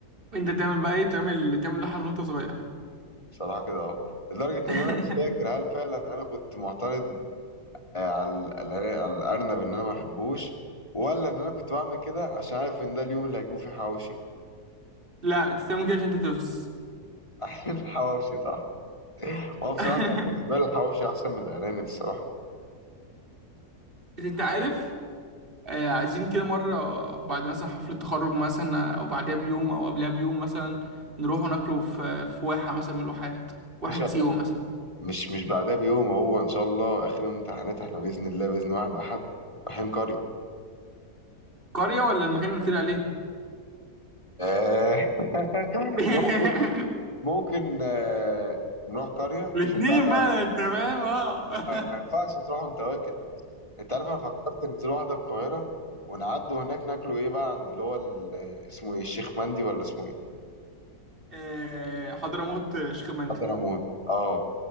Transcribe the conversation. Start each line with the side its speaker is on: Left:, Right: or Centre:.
Right: انت تعمل بقى ايه بتعمل تعمل لحم وانت صغير
Left: بصراحه كده اهو لدرجه
Right: <laughs>
Left: ان انا مش فاكر هل فعلا انا كنت معترض آه، على ال- على الارنب ان انا ما بحبوش ولا ان انا كنت بعمل كده عشان عارف ان ده اليوم اللي هجيبه فيه حواوشي
Right: لا انت تعمل كده عشان انت تفس
Left: <laughs> عشان الحواوشي صح هو بصراحة
Right: <laughs>
Left: كان بالنسبة لي الحواوشي أحسن من الأرانب الصراحة
Right: انت عارف آه، عايزين كده مرة بعد مثلا حفلة تخرج مثلا او بعدها بيوم او قبلها بيوم مثلا نروح وناكله في في واحة مثلا من الواحات واحة
Left: باشا
Right: سيوة مثلا
Left: مش مش بعدها بيوم هو إن شاء الله آخر يوم امتحانات إحنا بإذن الله بإذن واحد أحد رايحين قرية
Right: قرية ولا المكان اللي قلت لي عليه؟
Left: آه <laughs>
Right: <laughs>
Left: ممكن ممكن آه نروح قرية
Right: الاتنين
Left: عشان بقى, بقى
Right: بقى تمام اه
Left: ما ينفعش تروح وأنت واكل أنت عارف أنا فكرت ننزل واحدة القاهرة ونعدوا هناك ناكلوا إيه بقى عند اللي هو ال- اسمه إيه الشيخ مندي ولا اسمه إيه
Right: <laughs> آه، حضرموت آه، شيخ مندي
Left: حضرموت أه